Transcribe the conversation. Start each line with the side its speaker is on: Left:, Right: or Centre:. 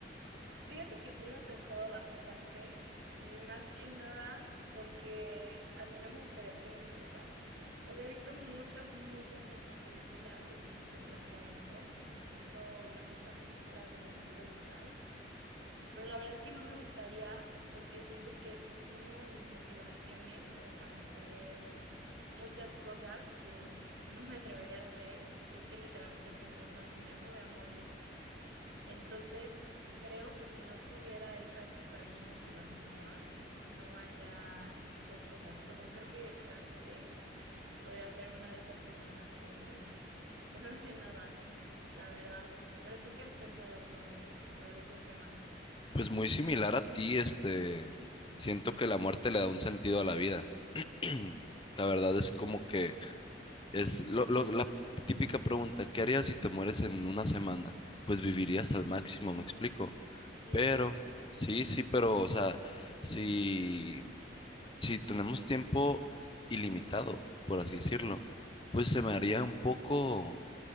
Right: Fíjate que sí lo he pensado bastante y más que nada porque a mí no me gustaría ser inmortal. O sea, he visto muchas, muchas, muchas películas en donde se plantea eso, incluso, no sé, estas películas de vampiros y tal. Pero la verdad es que no me gustaría porque siento que una de mis motivaciones como para hacer muchas cosas que no me atrevería a hacer es que literalmente pienso, bueno, un día me voy a morir. Entonces, creo que si no tuviera esa extraña motivación, no haría muchas cosas. O sea, creo que realmente podría ser una de esas personas que, que no hace nada, la verdad. Pero tú qué has pensado sobre, sobre ese tema?
Left: Pues muy similar a ti, este, siento que la muerte le da un sentido a la vida. <clears throat> La verdad es como que es lo- lo- la típica pregunta, ¿qué harías si te mueres en una semana? Pues vivirías al máximo, me explico.
Right: Sí,
Left: Pero,
Right: justo.
Left: sí, sí, pero, o sea, si, si tenemos tiempo ilimitado, por así decirlo, pues se me haría un poco